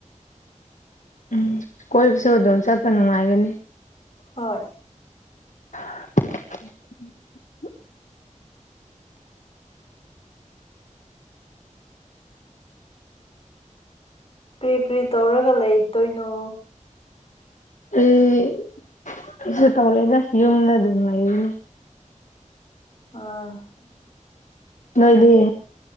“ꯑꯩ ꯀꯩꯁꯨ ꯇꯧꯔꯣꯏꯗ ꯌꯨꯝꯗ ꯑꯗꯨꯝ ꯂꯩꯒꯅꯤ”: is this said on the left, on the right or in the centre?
Left